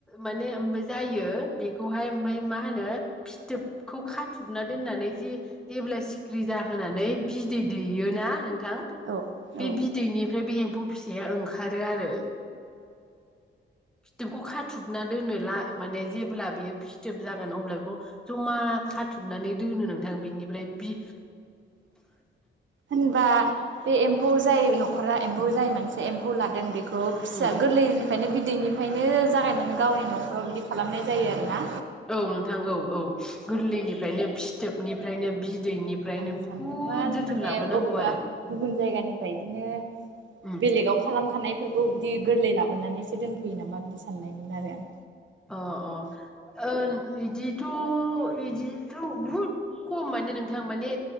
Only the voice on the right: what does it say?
औ
औ
होनबा बे एम्फौ जाय न'रा एम्फौ जाय मोनसे एम्फौ लादों बे खौ फिसा
गोरलैनिफ्रायनो बि उन्दैनिफ्रायनो जागायनानै गावनि न'खराव बिदि खालामनाय जायो आरोना
आं
सानदोंमोन
माने
अबेबा
गुबुन जायगानिफ्राय बिदिनो
बेलेगाव खालामखानायफोर खौ बिदि गोरलै लाबोनानै एसे दोनफैयो नामा बिदि साननायमोन आरो आं